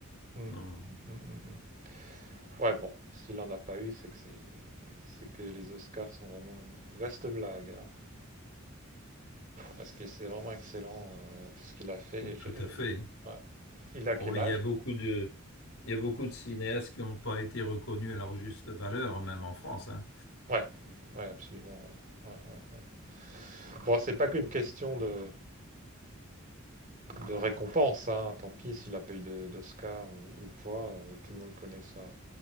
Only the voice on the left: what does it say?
non,
tout
à fait.
Oh, mais
il y a beaucoup de, il y a beaucoup de cinéastes qui n'ont pas été reconnus à leur juste valeur, même en France, hein.